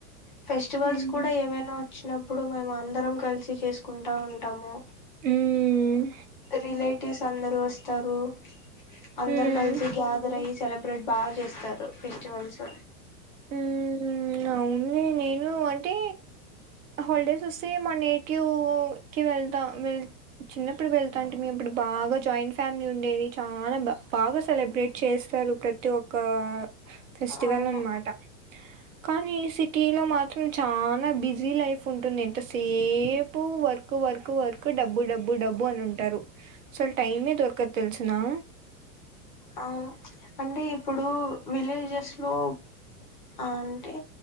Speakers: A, on the left; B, on the right.
A: ఫెస్టివల్స్
B: ఉమ్
A: కూడ ఏవైనా వచ్చినప్ ఇప్పుడు మేమ్ అందరం కల్సి చేసుకుం కుంటా ఉంటాము
B: ఉమ్
A: రిలేటివ్స్ అందర్ రొస్తారూ అందర్
B: ఉమ్
A: కల్సి గ్యాదర్ ఐ సెలబ్రేట్ బా చేస్తారు ఫెస్టివల్స్
B: ఊ అవ్ను నేనూ అంటే హాల్డేస్ వస్తే మా నేటివ్ కి వెళ్తా వె చిన్నప్పుడు వెళ్తాంటిమి అప్పుడు బాగా జాయింట్ ఫ్యామిలీ ఉండేది చాలా బా బాగా సెలబ్రేట్ చేస్తారు ప్రతి ఒక్క ఫెస్టివల్
A: అవును
B: అన్మాట కానీ సిటీలొ మాత్రం చాన బిజీ లైఫ్ ఉంటుంది ఎంత సేపు వర్కు వర్కు వర్కు డబ్బు డబ్బు డబ్బు అ నుంటారు సల్ టైమె దొర్కద్ తెల్సునా
A: అవును అంటే ప్పుడూ విలేజస్లో అంటే